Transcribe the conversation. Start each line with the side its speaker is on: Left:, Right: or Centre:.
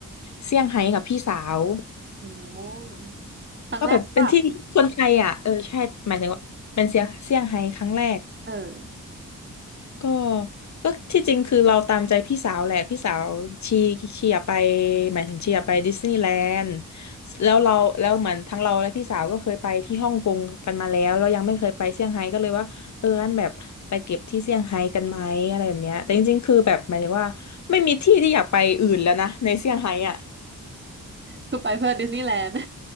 Left: เซี่ยงไฮ้กับพี่สาว
Right: โอ้โหครั้งแรกป่ะ
Left: ก็แบบเป็นที่คนไทยอ่ะเออใช่หมายถึงว่าเป็นเซี่ยงเซี่ยงไฮ้ครั้งแรก
Right: เออ
Left: ก็ก็ที่จริงคือเราตามใจพี่สาวแหละพี่สาวชีชีอยากไปหมายถึงชีอยากไปดิสนีย์แลนด์แล้วเราแล้วเหมือนทั้งเราและพี่สาวก็เคยไปที่ฮ่องกงกันมาแล้วเรายังไม่เคยไปเซี่ยงไฮ้ก็เลยว่าเอองั้นแบบไปเก็บที่เซี่ยงไฮ้กันไหมอะไรแบบเนี้ยแต่จริงๆคือแบบหมายถึงว่าไม่มีที่ที่อยากไปอื่นแล้วนะในเซี่ยงไฮ้อ่ะ
Right: คือไปเพื่อดิสนีย์แลนด์